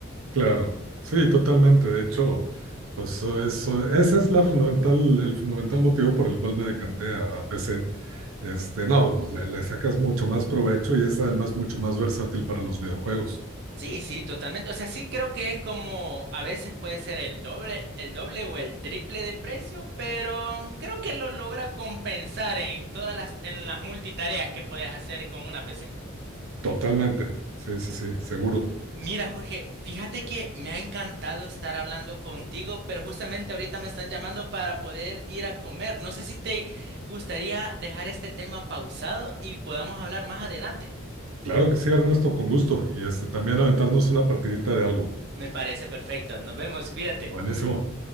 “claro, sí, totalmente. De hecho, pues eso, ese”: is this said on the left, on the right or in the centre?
Right